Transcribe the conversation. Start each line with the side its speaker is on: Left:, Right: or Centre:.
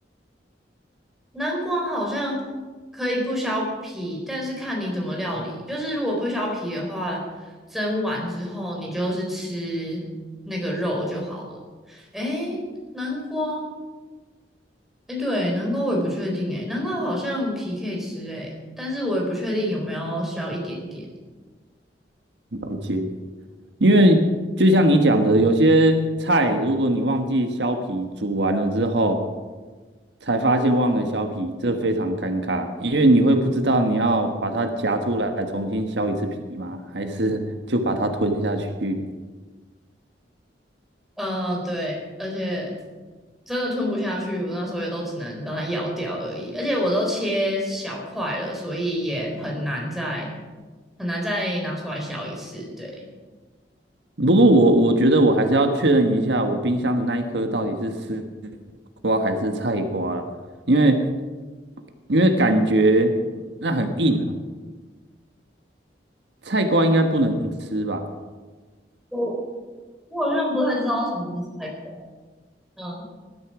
Centre: 南瓜好像可以不削皮，但是看你怎么料理。就是如果不削皮的话，蒸完之后你就是吃那个肉就好了。诶，南瓜，诶，对，南瓜我也不确定诶，南瓜好像皮可以吃诶，但是我也不确定有没有削一点点。
Right: 了解。因为就像你讲的，有些菜如果你忘记削皮，煮完了之后才发现忘了削皮，这非常尴尬，因为你会不知道你要把它夹出来重新削一次皮吗？还是就把它吞下去？
Centre: 呃，对，而且真的吞不下去，我那时候也都只能把它咬掉而已，而且我都切小块了，所以也很难再很难再拿出来削一次。对，
Right: 不过我我觉得我还是要确认一下，我冰箱的那一颗到底是丝瓜还是菜瓜啦，因为因为感觉那很硬啊，菜瓜应该不能吃吧？
Centre: 我我好像不太知道什么是菜瓜。嗯，